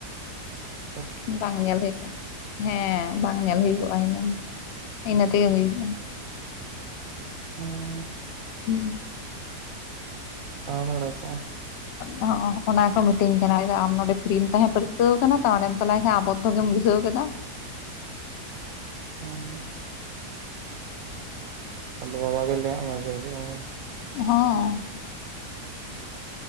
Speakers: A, on the right; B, on the left.
A: ᱯᱷᱟᱸᱠᱟ ᱜᱮᱭᱟ ᱾
B: ᱯ-ᱪᱚᱜ, ᱵᱟᱝ ᱧᱮᱞ ᱦᱳᱭᱳᱜᱼᱟ, ᱦᱮᱸᱻ ᱵᱟᱝ ᱧᱮᱞ ᱦᱩᱭᱩᱜᱚᱜᱼᱟ ᱦᱤᱱᱟᱹᱝ ᱤᱱᱟᱹ ᱛᱮᱜᱮ ᱦᱳᱭᱳᱜᱚᱼᱟ᱾
A: ᱚᱸᱻ ᱾
B: ᱩᱸᱷ ᱾
A: ᱟᱲ ᱟᱲᱮ ᱠᱚ,
B: ᱦᱚᱸᱜ ᱚ ᱚᱱᱟ ᱠᱚ ᱢᱤᱛᱟᱹᱧ ᱠᱟᱱᱟ ᱟᱢ ᱱᱚᱰᱮ ᱯᱷᱨᱤᱢ ᱛᱟᱦᱮᱸ ᱯᱟᱹᱨᱠᱟᱹᱣ ᱠᱟᱱᱟ ᱛᱚ, ᱚᱸᱰᱮᱢ ᱪᱟᱞᱟᱭ ᱮᱱᱟ ᱟᱵᱚᱫᱽᱫᱷᱚ ᱜᱮᱢ ᱵᱩᱡᱷᱟᱹᱣ ᱠᱮᱫᱟ᱾
A: ᱚᱜ ᱾ ᱟᱫᱚ ᱵᱟᱵᱟ ᱜᱮ ᱞᱟᱹᱭᱟᱜ ᱢᱮᱭᱟᱭ ᱡᱮ ᱦᱤᱡᱩᱜ ᱢᱮ ᱢᱳᱲ ᱾
B: ᱦᱚᱸ ᱾